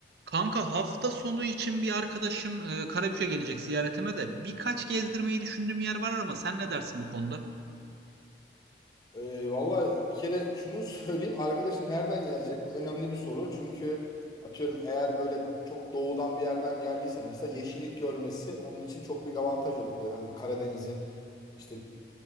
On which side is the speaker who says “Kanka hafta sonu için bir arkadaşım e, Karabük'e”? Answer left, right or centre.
Right